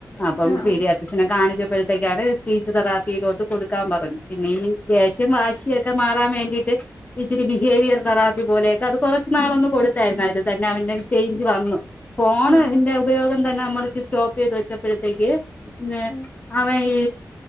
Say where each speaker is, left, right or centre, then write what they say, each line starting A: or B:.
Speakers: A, on the left; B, on the left.
A: അപ്പം
B: ആഹ് ആഹ്
A: പീടി ആട്രിസ്റ്റ് നെകാണിച്ചപ്പോഴത്തേ അയാള് ഫീജ് തെറാപ്പിയിലോട്ട് കൊടുക്കാൻ പറഞ്ഞു പിന്നെ ഇനി ദേഷ്യം വാശിയ ഒക്കെ മാറാൻ വേണ്ടിയിട്ട് ഇച്ചിരി ബിഹേവിയർ തെറാപ്പി പോലെയൊക്കെ അത് കൊറച്ച് നാളൊന്നും കൊടുത്തായിരുന്നു അതില് തന്നെ അവന്റെ ചേഞ്ച് വന്നു ഫോണിന്റെ
B: ആഹ്
A: ഉപയോഗം തന്നെ നമ്മൾ സ്റ്റോപ്പ് ചെയ്ത് വെച്ചപ്പോഴത്തേക്ക് പിന്നെ
B: ആഹ്
A: ഇപ് ഈ